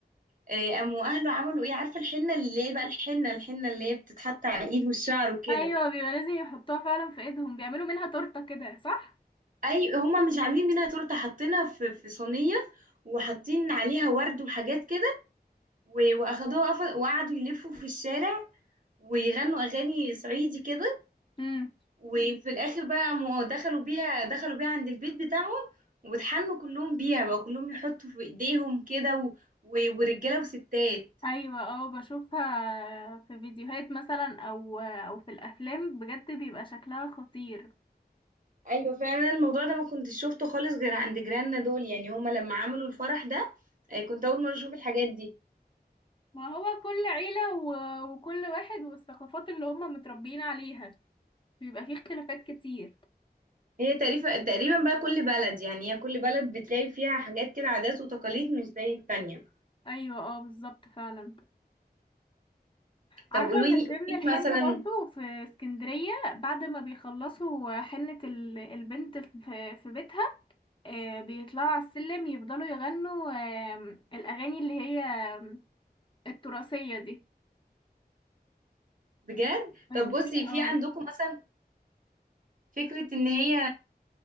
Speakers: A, on the right; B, on the left.
A: آه، قاموا اهله عملوا ايه عارفة الحنة اللي هي بقى الحنة الحنة اللي هي بتتحط على الايد والشعر وكده
B: ايوه بيبقى لازم يحطوها فعلا في ايدهم بيعملوا منها تورته كده صح
A: اي هما مش عاملين منها تورتة حاطينها في... في صينية وحاطين عليها ورد وحاجات كده و... واخدوها وقف- وقعدوا يلفوا في الشارع ويغنوا اغاني صعيدي كده
B: اه
A: وفي الاخر بقى مو- دخلوا بيها دخلوا بيها عند البيت بتاعهم واتحنوا كلهم بيها بقى كلهم يحطوا في ايديهم كده و... و... ورجاله وستات
B: ايوه اه بشوفها في فيديوهات مثلا او او في الافلام بجد بيبقى شكلها خطير
A: ايوه فعلا الموضوع ده ما كنتش شفته خالص غير عند جيراننا دول يعني هما لما عملوا الفرح ده آه، كنت اول مره اشوف الحاجات دي
B: ما هو كل عيلة و... وكل واحد والثقافات اللي هم متربيين عليها بيبقى فيه اختلافات كتير
A: هي تقريبا تقريبا بقى كل بلد يعني هي كل بلد بتلاقي فيها حاجات كده عادات وتقاليد مش زي التانية
B: ايوه اه بالظبط فعلا عارفة
A: طب قولوا لي
B: من
A: قولي
B: ضمن
A: لي
B: الحنة
A: مثلا
B: برضو في اسكندرية بعد ما بيخلصوا حنة ال- البنت في, في بيتها آه، بيطلعوا على السلم يفضلوا يغنوا آم، الاغاني اللي هي آم، التراثية دي
A: بجد
B: فاهماني
A: طب بصي في
B: اه
A: عندكم مثلا فكرة ان هي